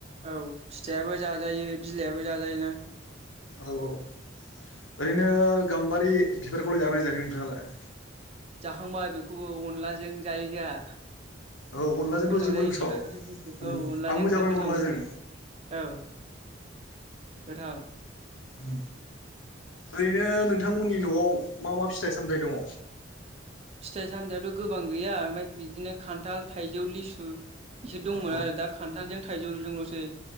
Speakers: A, on the right; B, on the left.
A: औ फिथाइयाबो जाजायो बिलाइआबो जाजायोना?
B: औ औ ओरैनो गाम्बारि बिबारखौलाय जानाय जायाखै नोंथाङालाय,
A: जाखांबाय बेखौबो अनलाजों जायो जोंहा,
B: औ अनलाजोंथ'
A: गोथाव
B: जोबोर
A: जायो बेबो
B: उम
A: औ अनलाजों
B: आंबो जाबाय
A: गोद गोथाव
B: अनलाजों
A: मोनो औ गोथाव,
B: ओम ओरैनो नों नोंथांमोननि न'आव मा मा फिथाइ सामथाइ दङ
A: फिथाइ सामथायाइाथ' गोबां गैया ओमफ्राय बिदिनो खान्था, थाइजौ, लिसु, बिसोर दंमोन
B: औ
A: आरो दा खान्थालजों थाइजौजोंल'सै